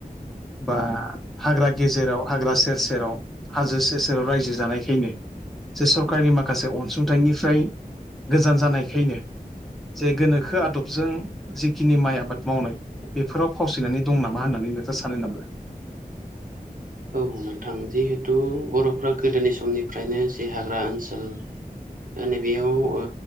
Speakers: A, in the centre; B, on the right.
A: बा हाग्रा गेजेराव हाग्रा सेर सेराव हाजो सेर सेराव रायजो जानायखायनो जे सरकारनि माखासे अनसुंथाइनिफ्राय गोजान जानायखायनो जे गोनोखो आदबजों जिखिनि माइ आबाद मावनाय बेफोराव फावसिनानै दं नामा होननानै <unintelligible> सानो नामा?
B: औ नोंथां जिहेथु बरफ्रा गोदोनि समनिफ्रायनो जे हाग्रा ओनसोल
A: <inaudible>
B: नैबेयाव ओ